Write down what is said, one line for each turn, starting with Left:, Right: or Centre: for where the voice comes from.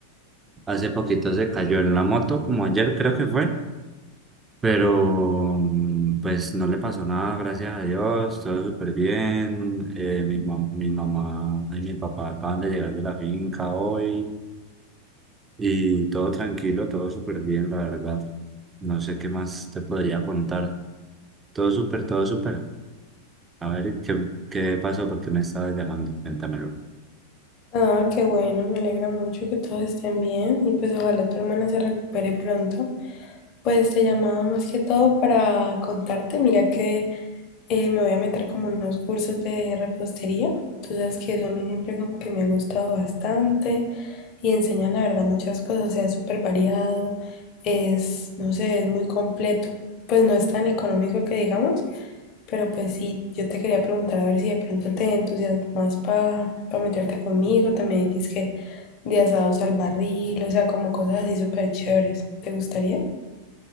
Right: hace poquito se cayó en la moto, como ayer creo que fue. Pero mm, pues no le pasó nada, gracias a Dios, todo súper bien. Eh, mi, mam- mi mamá y mi papá acaban de llegar de la finca hoy y todo tranquilo, todo súper bien, la verdad. No sé qué más te podría contar. Todo súper, todo súper. A ver, ¿qué, qué pasó? ¿Por qué me estabas llamando? Cuéntamelo.
Left: Ah, qué bueno, me alegra mucho que todos estén bien y pues ojalá tu hermana se recupere pronto. Pues te llamaba más que todo para contarte, mira que eh, me voy a meter como unos cursos de repostería. Tú sabes que eso a mí siempre como que me ha gustado bastante y enseñan la verdad muchas cosas, o sea, es súper variado, es, no sé, es muy completo. Pues no es tan económico que digamos, pero pues sí, yo te quería preguntar a ver si de pronto te entusiasmas para meterte conmigo. También dices que de asados al barril, o sea, como cosas así súper chéveres. ¿Te gustaría?